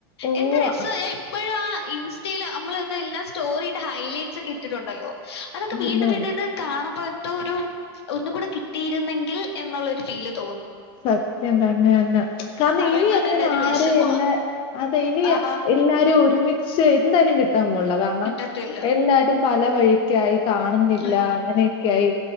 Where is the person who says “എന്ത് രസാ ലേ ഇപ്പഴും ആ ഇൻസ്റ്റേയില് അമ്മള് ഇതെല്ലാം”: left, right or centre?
Left